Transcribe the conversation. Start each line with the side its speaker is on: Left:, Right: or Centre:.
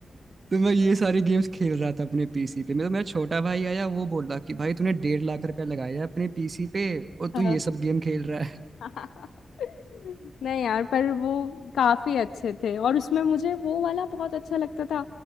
Right: तो मैं ये सारे गेम्स खेल रहा था अपने पीसी पे मेरा मेरा छोटा भाई आया वो बोला कि भाई तूने डेढ़ लाख रुपया लगाया है अपने पीसी पे और
Left: हाँ।
Right: तू
Left: हाँ,
Right: ये
Left: हाँ,
Right: सब गेम खेल रहा है
Left: हाँ। नहीं यार पर वो काफी अच्छे थे और उसमें मुझे वो वाला बहुत अच्छा लगता था